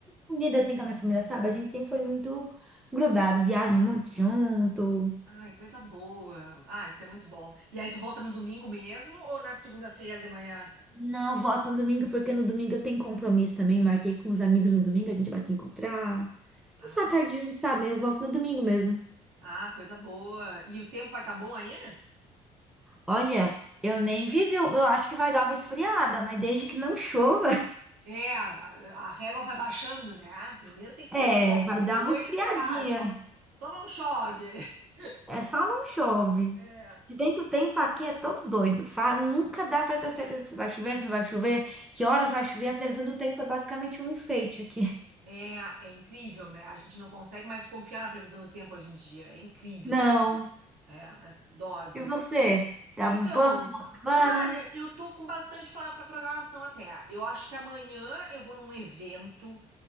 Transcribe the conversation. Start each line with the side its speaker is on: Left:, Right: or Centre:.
Centre: unida assim com a minha família, sabe? A gente sempre foi muito grudado, viaja muito junto.
Right: Ai, coisa boa. Ah, isso é muito bom. E aí, tu volta no domingo mesmo ou na segunda-feira de manhã?
Centre: Não, volto no domingo, porque no domingo eu tenho compromisso também. Marquei com os amigos no domingo, a gente vai se encontrar. Passar
Right: Ah,
Centre: a tarde junto, sabe? Eu volto no domingo mesmo.
Right: ah, coisa boa. E o tempo vai estar bom aí?
Centre: Olha, eu nem vivi, eu eu acho que vai dar uma esfriada, mas desde que não chova,
Right: É, a, a régua vai baixando, né? Ah, Primeiro
Centre: <laughs>
Right: tem que
Centre: é,
Right: ter sol,
Centre: vai
Right: depois
Centre: dar uma esfriadinha.
Right: tá, só não, só não chove. <laughs>
Centre: É só não chove.
Right: É.
Centre: Se bem que o tempo aqui é todo doido. Fa- Nunca dá para ter certeza se vai chover, se não vai chover, que horas vai chover. A previsão do tempo é basicamente um enfeite aqui. <laughs>
Right: É, é incrível, né? A gente não consegue mais confiar na previsão do tempo hoje em dia. É incrível.
Centre: Não.
Right: É, é dose.
Centre: E você? Dá
Right: Então,
Centre: um plano final de semana?
Right: cara, eu tô com bastante pra pra programação até. Eu acho que amanhã eu vou num evento